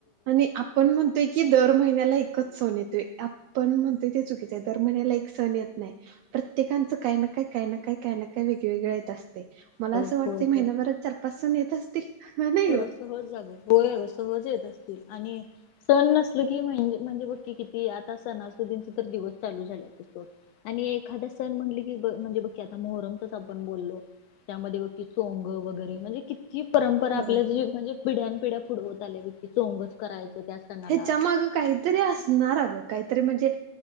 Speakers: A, on the right (about 80°); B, on the left (about 80°).
A: आणि आपण म्हणतोय की दर महिन्याला एकच सण येतोय आपण म्हणतोय ते चुकीचं हाय दर महिन्याला एक, सण येत नाही प्रत्येकांच काही ना काही काही ना काही काही ना काही वेगवेगळे येत असतय. मला
B: तेच
A: असं वाटतं
B: होय होय
A: महिनयाभरात चार पाच सण येत असतील. नाही
B: <unintelligible>
A: ग
B: सहज येत असतील आणि सण नसल की म्हणजे म्हणजे बघ क किती आता सणा सिद्दीचा दिवस. दिवस चालू एखादा सण म्हणले की म्हणजे बघ आता मोहरम कस आपण बोललो. त्यामध्ये ब चोंग वगैरे म्हणजे किती परंपरा,
A: होय.
B: आपले जे म्हणजे पिढ्या्यां पिढ्या फूड आल्या वैती चोंगच करायचं. त्या सणाला
A: ह्याच्या माग काहीतरी असणार अ ग? काहीतरी म्हणजे